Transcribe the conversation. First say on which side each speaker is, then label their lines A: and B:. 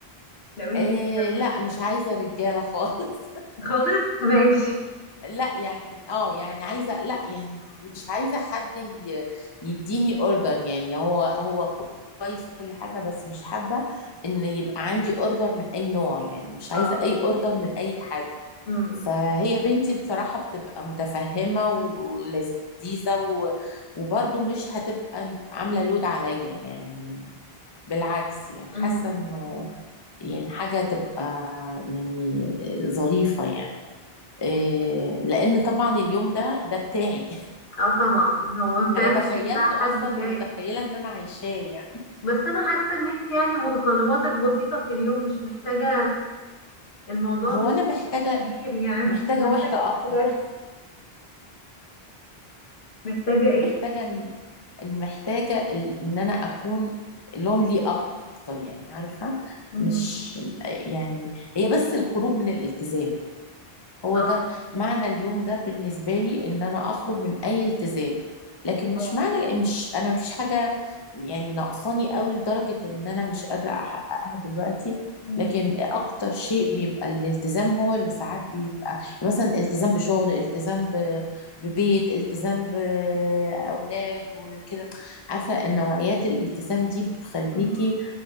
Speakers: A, on the left; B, on the left.
A: <laughs>
B: لو انت
A: إيه
B: متجوزة
A: لا
B: يعني
A: مش عايزه رجاله خالص
B: خالص ماشي
A: <laughs> لا يعني اه يعني عايزه لا يعني مش عايزه حد ي- يديني اوردر يعني هو هو كويس وكل حاجه بس مش حابه ان يبقى عندي اوردر من اي نوع يعني مش عايزه
B: اه
A: اي
B: فاهمة
A: اوردر من اي حد
B: امم
A: فهي بنتي بصراحه بتبقى متفهمه ولذيذه و... وبرضه مش هتبقى عامله لود عليا يعني بالعكس يعني
B: امم
A: حاسه انه يعني حاجة تبقى يعني ظريفة يعني إيه، لأن طبعا اليوم ده ده بتاعي
B: اه طبعا هو
A: <laughs>
B: بتاعك
A: أنا تخيلته
B: مش بتاع حد
A: أصلا
B: تاني
A: ومتخيلة إن أنا عايشاه يعني
B: بس انا حاسه ان انت يعني متطلباتك بسيطه في اليوم مش محتاجه الموضوع
A: هو
B: مش
A: أنا محتاجة
B: مش كبير يعني
A: محتاجة
B: انت محتاجه
A: وحدة أكتر
B: في الاكل
A: <laughs>
B: محتاجه ايه
A: محتاجة إن إن- محتاجة ال- إن أنا أكون لونلي أكتر يعني عارفة
B: امم
A: مش يعني هي بس الخروج من الالتزام هو
B: اه
A: ده
B: فهمت
A: معنى اليوم ده بالنسبة لي ان انا اخرج من اي التزام لكن مش
B: اه
A: معنى مش انا مفيش حاجة يعني ناقصاني قوي لدرجة ان انا مش قادرة احققها دلوقتي
B: امم
A: لكن اكتر شيء بيبقى الالتزام هو اللي ساعات بيبقى يعني مثلا التزام بشغل التزام ب- ببيت التزام باولاد وكده عارفة النوعيات الالتزام دي بتخليكي
B: امم